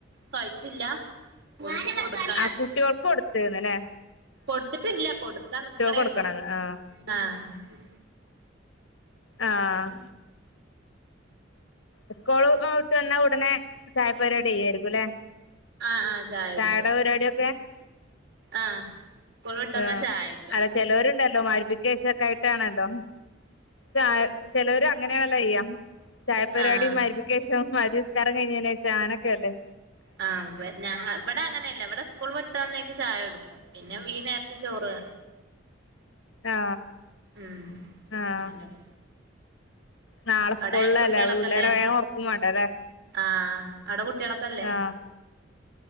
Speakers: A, on the right; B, on the left.
A: കയ്ച്ചില്ല. ഓൽക്ക് കൊടുക്ക
B: ആഹ് കുട്ട്യോൾക്ക് കൊടുത്ത്ന്ന്ല്ലേ?
A: കൊട്ത്തിട്ടില്ല കൊടുക്കാ നിക്കണേള്ളൂ.
B: കൊടുക്കണന്ന്
A: ഉം
B: ആഹ്
A: ആഹ്
B: ആഹ്. ഉസ്കോള് ആഹ് വിട്ടന്നാ ഉടനെ ചായ പരിവാടിയ്യായിരിക്കുംല്ലേ?
A: ആഹ് ആഹ് ചായ കുടിക്കും
B: ചായേടെ പരിവാടിയൊക്കെ
A: ആഹ് സ്കൂൾ വിട്ടന്ന
B: ആഹ്
A: ചായടിക്കും
B: അല്ല ചെലോരുണ്ടല്ലോ മഗ്രിബിക്കേശൊക്കായിട്ടാണല്ലോ ചായ ചെലോര് അങ്ങനെയണല്ലോയ്യാ ചായപ്പരിവാടി
A: ആഹ്
B: മഗ് ക്കേഷം മഗ്രിബിസ്കാരം കയ്ഞ്ഞീഞ്ഞേഷം അങ്ങനെക്കെല്ലേ?
A: ആഹ് ഇവ ഞങ്ങ ഇവടെങ്ങനെല്ല ഇവടെ സ് കൂൾ വിട്ട്വന്നേക്ക് ചായൊടുക്കും. പിന്നെ ഈ നേരത്ത് ചോറ്
B: ആഹ്
A: ഉം
B: ആഹ്.
A: അങ്ങനെ
B: നാളെ സ്കൂൾല്ലല്ലേ
A: അവിടെ കുട്ടികളൊക്കെല്ലേ
B: പിള്ളേരെ വേഗം ഒറക്കും വാണ്ടേല്ലേ?
A: ആഹ് അവിടെ കുട്ടികളൊക്കെല്ലേ
B: ആഹ്.